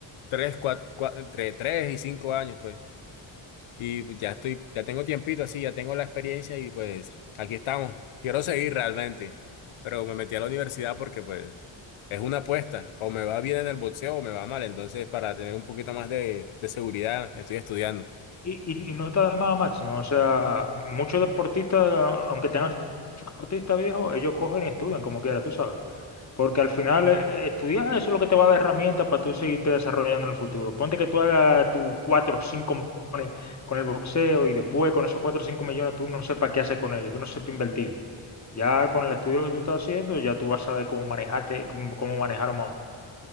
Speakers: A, on the left; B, on the left.
A: Tres, cuatro, entre tres y cinco años, pues Y pues ya estoy, ya tengo tiempito así, ya tengo la experiencia y pues aquí estamos. Quiero seguir realmente, pero me metí a la universidad porque pues es una apuesta. O me va bien en el boxeo o me va mal. Entonces, para tener un poquito más de, de seguridad, estoy estudiando.
B: Y, y, y no está de más máximo. O sea, muchos deportistas, aunque tengan su deportista viejo, ellos cogen y estudian como quiera, tú sabes. Porque al final eh, eh, estudiar eso es lo que te va a dar herramientas para tú seguirte desarrollando en el futuro. Ponte que tú hagas tus 4 o 5 con el boxeo y después con esos 4 o 5 millones tú no sepas qué hacer con ellos, tú no sepas invertirlo. Ya con el estudio que tú estás haciendo, ya tú vas a saber cómo manejarte, cómo, cómo manejarlo más.